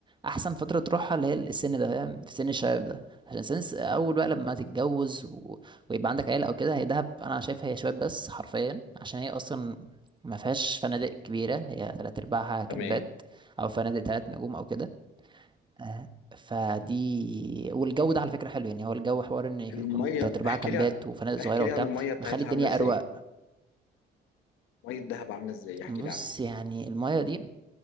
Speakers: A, on the right; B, on the left.
A: أحسن فترة تروحها اللي هي السن ده فاهم في سن الشباب ده عشان سن أول بقى لما تتجوز و... ويبقى عندك عيلة أو كده هي دهب أنا شايفها هي شباب بس حرفيا عشان هي أصلا ما فيهاش فنادق كبيرة هي تلات أرباعها كامبات
B: تمام
A: أو فنادق تلات نجوم أو كده آه، فدي والجو ده على فكرة حلو يعني هو الجو حوار إن يكون
B: الميه
A: تلات أرباعها
B: احكي
A: كامبات
B: لي
A: وفنادق صغيرة
B: احكي
A: وبتاع
B: لي عن الميه بتاعتها
A: مخلي الدنيا
B: عامله ازاي
A: أروق
B: ميه دهب عامله ازاي احكي
A: بص
B: لي عنها
A: يعني المايه دي